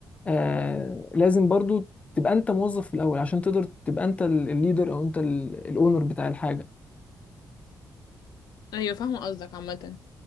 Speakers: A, on the left; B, on the left.
A: آه لازم برضو تبقى أنت موظف في الأول عشان تقدر تبقى أنت الليدر أو أنت الأونر بتاع الحاجة
B: ايوه فاهمه قصدك عامه